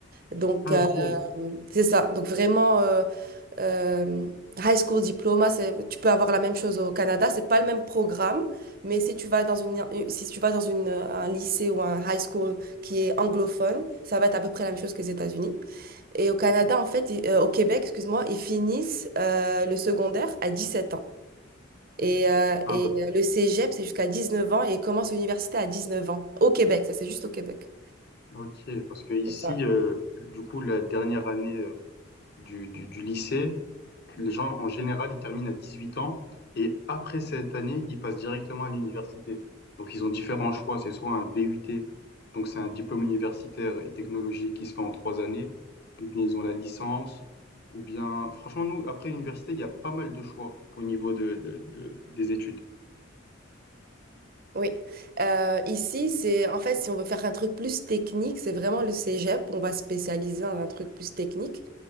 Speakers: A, on the right; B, on the left.
A: Donc,
B: Ah
A: euh,
B: ok.
A: c'est ça. Donc, vraiment, euh, euh, high school diploma, c'est- tu peux avoir la même chose au Canada. C'est pas le même programme, mais si tu vas dans une, si tu vas dans une, un lycée ou un high school qui est anglophone, ça va être à peu près la même chose que les États-Unis. Et au Canada, en fait, ils- euh, au Québec, excuse-moi, ils finissent euh, le secondaire à 17 ans. Et, euh,
B: Ah
A: et
B: bah,
A: le cégep, c'est jusqu'à 19 ans et ils commencent l'université à 19 ans. Au Québec, ça c'est juste au Québec.
B: ok. Parce que ici,
A: C'est ça.
B: euh, du coup, la dernière année euh, du, du, du lycée, Les gens, en général, ils terminent à 18 ans et après cette année, ils passent directement à l'université. Donc, ils ont différents choix. C'est soit un BUT, donc c'est un diplôme universitaire et technologique qui se fait en trois années, ou bien ils ont la licence, ou bien, franchement, nous, après l'université, il y a pas mal de choix au niveau de, de- de- des études.
A: Oui. Euh, ici, c'est en fait, si on veut faire un truc plus technique, c'est vraiment le cégep. On va spécialiser dans un truc plus technique.